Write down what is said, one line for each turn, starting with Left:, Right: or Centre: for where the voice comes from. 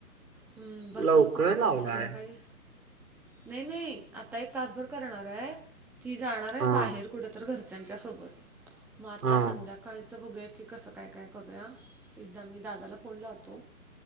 Centre: हम्म बसवतो
Right: लवकर
Centre: म्हणजे
Right: लावलाय
Centre: संध्याकाळी नाही नाही आता एक तासभर करणार आहे ती जाणार आहे
Right: हा
Centre: बाहेर कुठ तर घर त्यांच्या सोबत मग आता
Right: हा
Centre: संध्याकाळच बघूया की कसं काय काय करूया? एकदा मी दादाला फोन लावतो